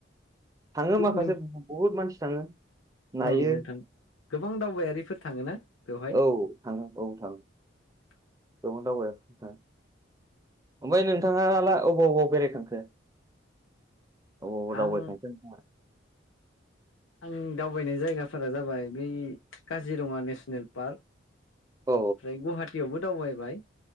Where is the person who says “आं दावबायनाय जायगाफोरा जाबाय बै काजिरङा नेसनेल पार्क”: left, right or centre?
Left